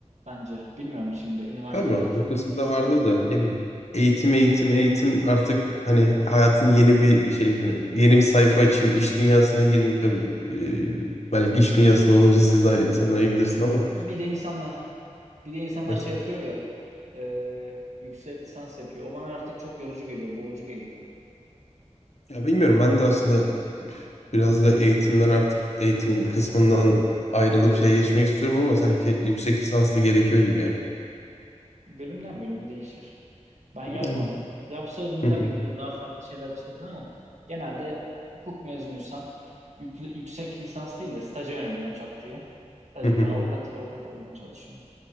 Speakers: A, on the right; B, on the left.
A: bence. Bilmiyorum şimdi üniversite
B: Tabii
A: hayatına
B: o kısmı
A: ilgisi
B: da vardır
A: var mı?
B: da ne bileyim. Eğitim, eğitim, eğitim artık hani hayatın yeni bir şey hani yeni bir sayfa açayım, iş dünyasına gireyim tabii. Ee, belki iş dünyasında olunca siz daha, sen daha iyi bilirsin ama.
A: Bir de insanlar bir de insanlar
B: Evet.
A: şey yapıyor ya e, yüksek lisans yapıyor. O bana artık çok yorucu geliyor, boğucu geliyor.
B: Ya bilmiyorum ben de aslında biraz da eğitimden artık eğitim kısmından ayrılıp şeye geçmek istiyorum ama sanki yüksek lisans da gerekiyor gibi ya.
A: Bölümden bölümü değişir. Ben yapmadım.
B: Yani.
A: Yapsaydım tabii
B: Hı hı,
A: ki de daha farklı şeyler çıkırdı ama genelde hukuk mezunuysan yük- yüksek lisans değil de staja yöneliyorsun çat diye. Staj
B: hı
A: yapıyorsun,
B: hı.
A: avukat avukat olmaya çalışıyorsun.